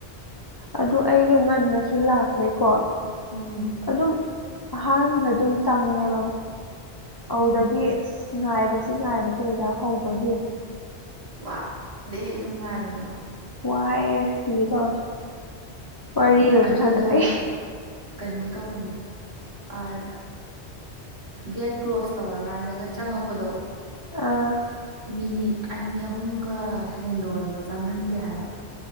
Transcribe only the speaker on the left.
ꯑꯗꯨ ꯑꯩꯁꯨ ꯉꯟꯅꯁꯨ ꯂꯥꯛꯄꯩꯀꯣ
ꯑꯗꯨꯝ ꯑꯍꯥꯟꯕ ꯑꯗꯨꯝ ꯆꯪꯉꯦꯕ ꯑꯗꯨꯗꯒꯤ
ꯉꯥꯏꯕꯁꯤ ꯉꯥꯏꯕꯁꯤ ꯑꯦꯛꯖꯥꯝ ꯍꯧꯕꯒꯤ
ꯋꯥꯏꯑꯦ ꯁꯤꯒꯦ ꯇꯧꯢ ꯋꯥꯔꯤꯒꯁꯨ
ꯁꯥꯟꯅꯔꯤ
ꯑꯥ